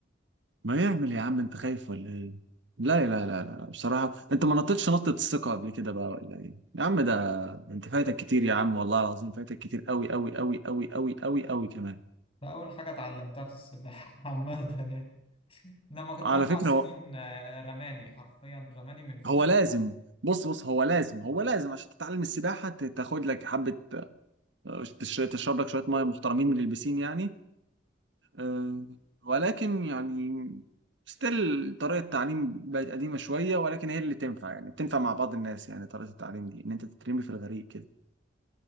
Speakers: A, on the right (about 75°); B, on the left (about 30°).
A: ما يعمل يا عم انت خايف ولا ايه لا لا لا لا بصراحه انت ما نطيتش نطه الثقه قبل كده بقى ولا ايه يا عم ده ده انت فايتك كتير يا عم والله العظيم فايتك كتير قوي قوي قوي قوي قوي قوي قوي كمان
B: فاول حاجه اتعلمتها في السباحه <laughs> عامه يعني لما كنت
A: على
B: اربع
A: فكره
B: سنين آه، رماني حرفيا رماني من فوق
A: هو لازم
B: كده
A: بص بص هو لازم هو لازم عشان تتعلم السباحة ت- تاخد لك حبة آه، تش- تشرب لك شوية مية محترمين من البسين يعني آه، ولكن يعني ستيل طريقة التعليم بقت قديمة شوية ولكن هي اللي تنفع يعني بتنفع مع بعض الناس يعني طريقة التعليم دي إن أنت تترمي في الغريق كده